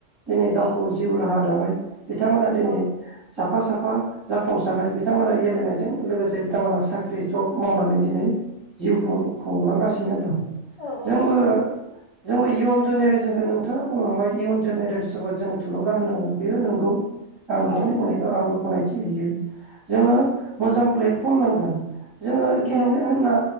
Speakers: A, on the right; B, on the left.
A: दिनै
B: औ
A: गावखौ हा दाबाय बिथांमोना
B: औ
A: दिनै साफा-साफा बा जाफुंसारनाय बिथांमोना गेलेनायजों लोगोसे बिथांमोना साख्रि जब मावनानै दिनै जिउ खुंलांगासिनो दं
B: औ-औ
A: जोंबो
B: नंगौ
A: जोंबो इयन जेनेरेसनखौ नोंथांङा बुंलांबाय इयन जेनेरेसखौ जों थुलुंगा होनांगोन बेयो नोंगौ आं नोंथांनि
B: औ
A: बुंनायखौ आंबो गनायथि होयो जोंङो मोजां प्लेटफर्म नांगोन जोंङो गेलेनो
B: औ
A: होनना